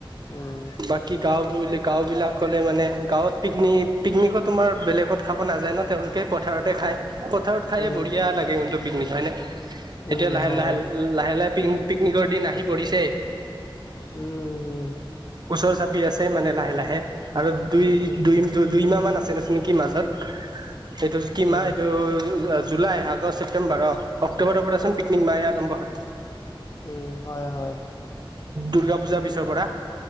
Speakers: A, on the left; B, on the right.
A: উম,
B: বাকী গাও, বুলি গাঁও বিলাক ক'লে মানে গাঁৱত পিকনিক পিকনিকো তোমাৰ বেলেগত খাব নাযায় ন তেওঁলোকে পথাৰতে খায়, পথাৰত খায়ে
A: উম।
B: বঢ়িয়া লাগেটো পিকনিক হয় ন,
A: উম,
B: এতিয়া লাহে
A: হয়।
B: লাহে লাহে লাহে পি-পিকনিকৰ দিন আহি পৰিছে।
A: উম।
B: ওচৰ চাপি আছে মানে লাহে লাহে আৰু দুই,
A: উম, উম,
B: দুই, দুই। দুই মাহ মান আছে <unintelligible> নেকি মাজত এইটো কি
A: উম,
B: মাহ এইটো জুলাই আগ আগষ্ট ছেপ্টেম্বৰ অহ অক্টোবোৰৰ পৰাচোন পিকনিক মাহে আৰম্ভ হয়।
A: উম হয়, হয়।
B: দুৰ্গা পূজাৰ পিছৰ পৰা।